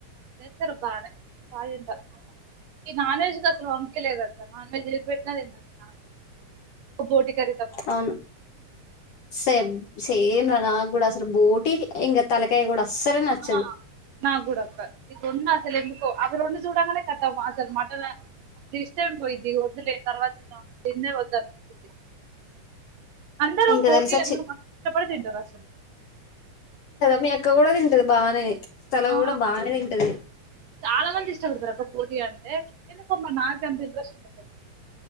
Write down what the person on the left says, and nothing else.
అవును సేమ్ సేమ్ రా నాకు కూడా అసలు బోటీ ఇంకా తలకాయ కూడా అస్సలే నచ్చదు
ఇంకా
తెలుసా
చి
కదా మీ అక్క కూడా తింటది బాగానే తల
కూడా బాగానే తింటది